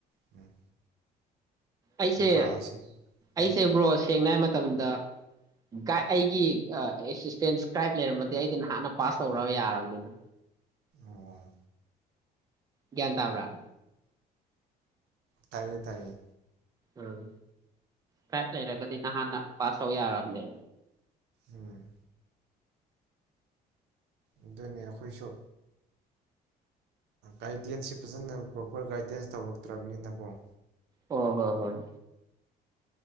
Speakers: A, on the right; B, on the right.
A: ꯎꯝ
B: ꯑꯩꯁꯦ
A: ꯑꯪꯀꯥꯁꯦ ꯎꯝ
B: ꯑꯩꯁꯦ ꯕ꯭ꯔꯣ ꯁꯦꯡꯅ ꯍꯥꯏ ꯃꯇꯝꯗ ꯑꯩꯒꯤ ꯑꯦꯁꯤꯁꯇꯦꯟꯁ ꯀ꯭ꯔꯥꯏꯞ ꯂꯩꯔꯝꯃꯗꯤ ꯑꯩꯗꯤ ꯅꯍꯥꯟꯅ ꯄꯥꯁ ꯇꯧ ꯌꯥꯔꯕꯅꯤꯗ꯫
A: ꯑꯣ
B: ꯒꯌ꯭ꯥꯟ ꯇꯕꯔꯥ?
A: ꯇꯥꯏꯌꯦ ꯇꯥꯏꯌꯦ
B: ꯎꯝ ꯐꯥꯏꯞ ꯂꯩꯔꯒꯗꯤ ꯅꯍꯥꯟꯅ ꯄꯥꯁ ꯇꯧ ꯌꯥꯔꯑꯝꯅꯦ
A: ꯎꯝ ꯑꯗꯨꯅꯤ ꯑꯩꯈꯣꯏꯁꯨ ꯒꯥꯏꯗꯦꯟꯁꯁꯤꯦ ꯐꯖꯅ ꯄ꯭ꯔꯣꯄꯔ ꯒꯥꯏꯗꯦꯟꯁ ꯇꯧꯔꯛꯇ꯭ꯔꯕꯅꯤꯅꯀꯣ
B: ꯑꯣ ꯍꯣ ꯍꯣꯏ